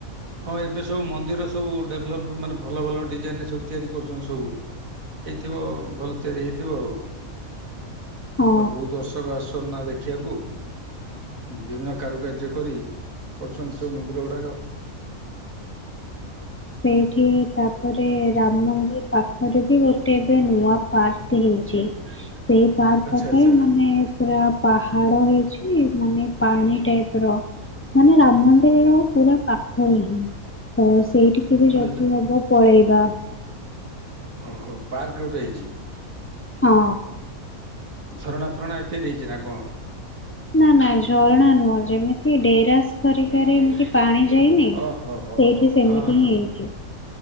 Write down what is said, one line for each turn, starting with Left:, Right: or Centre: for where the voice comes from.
Right: ହଁ ଏବେ ସବୁ ମନ୍ଦିର ସବୁ ଡେଭ୍ଲପ୍ ମାନେ ଭଲ ଭଲ ଡିଜାଇନରେ ସବୁ ତିଆରି କରୁଛନ୍ତି ସବୁ ହେଇଥିବ ଭଲ ତିଆରି ହେଇଥିବ ଆଉ।
Left: ହଁ।
Right: କ ବହୁତ ଦର୍ଶକ ଆସୁ ନା ଦେଖିବାକୁ ହଁ ବିଭିନ୍ନ କାରୁକାର୍ଯ୍ୟ କରି କରିଛନ୍ତି ସବୁ ମନ୍ଦିର ଗୁଡ଼ାକ
Left: ସେଇଠି ତାପରେ ରାମ ମନ୍ଦିର ପାଖରେ ବି ଗୋଟେ ଏବେ ନୂଆ ପାର୍କ ହେଇଛି। ସେଇ ପାର୍କ
Right: ଆଚ୍ଛା
Left: ପାଖରେ
Right: ଆଚ୍ଛା
Left: ମାନେ ପୁରା ପା ପାଡ ହେଇଛି ମାନେ ପାଣି ଟାଇପର ମାନେ ରନ୍ଧନ୍ତିର ପୁରା ପାଖରେ ହିଁ ତ ସେଇଠି ଏବେ
Right: ମାନେ
Left: ଯଦି ହବ ପଳେଇବି। ବା
Right: ଓହୋ ପାର୍କ ଗୋଟେ ହେଇଛି?
Left: ହଁ।
Right: ଝରଣା ଫରଣା ଏତେ ଦେଇଛି ନା କଣ?
Left: ନା ନା ଝରଣା ନୁହଁ ଯେମିତି ଡେରାସ ତରିକାରେ ଏମିତି ପାଣି ଯାଇନି ସେଇଠି
Right: ଓହୋ ହୋ ହୋ
Left: ସେମିତି
Right: ହଁ ହଁ
Left: ହିଁ
Right: ହଁ
Left: ହେଇଛି।